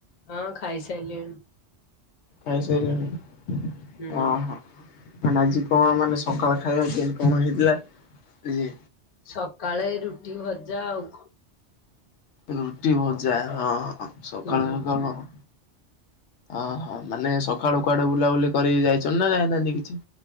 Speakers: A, on the left; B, on the left.
A: ହଁ, ଖାଇସାଇଲିଣି।
B: ଖାଇସାଇଲିଣି ଅ
A: ହୁଁ।
B: ହଁ। ମାନେ ଆଜି କଣ! ମାନେ ସକାଳ ଖାଇବା କେଁ ତି କଣ ହେଇଥିଲା? ଇଏ
A: ସକାଳେ ରୁଟି ଭଜା ଆଉ କଣ?
B: ରୁଟି, ଭଜା ହଁ, ସକାଳୁ
A: ହୁଁ।
B: ସକାଳୁ ହଁ ଅହଁ! ମାନେ ସକାଳୁ କୁଆଡେ ବୁଲାବୁଲି କରି ଯାଇଚନ୍ ନା ଯାଇନାହଁନ୍ତି କିଛି?